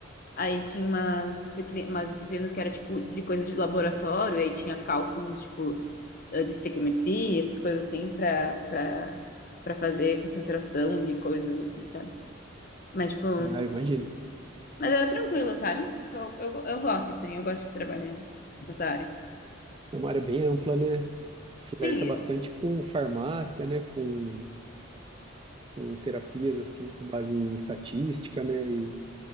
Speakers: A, on the left; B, on the right.
A: Aí tinha umas, discipli- umas disciplinas que era tipo de coisas de laboratório, aí tinha cálculos, tipo, eh, de estequiometria, essas coisas assim, pra, pra, pra fazer concentração de coisas assim, sabe? Mas, tipo,
B: Ah, eu imagino.
A: mas era tranquilo, sabe? Tipo, Eu, eu, eu gosto, assim, eu gosto de trabalhar nessa área.
B: É uma área bem ampla, né? Flerta
A: Sim, eu-
B: bastante com farmácia, né? Com, com terapias, assim, com base em estatística, né? E